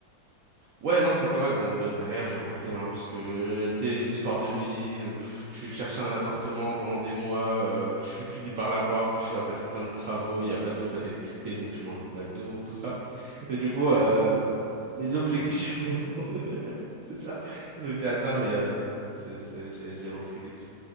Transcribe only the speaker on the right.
ouais, non, c'est pas mal. Bon, de- derrière, j'ai repris, hein, parce que, tu sais, les histoires de vie, euh, pff, tu cherches un appartement pendant des mois, euh, tu <laughs> finis par l'avoir, puis tu dois faire plein de travaux. Il n'y a pas d'eau, pas d'électricité, donc tu manges des McDo, tout ça. Et du coup,
euh,
mes
objectifs
<laughs> <laughs> C'est ça. Ils ont été atteints, mais euh, c'est, c'est- j'ai, j'ai repris vite.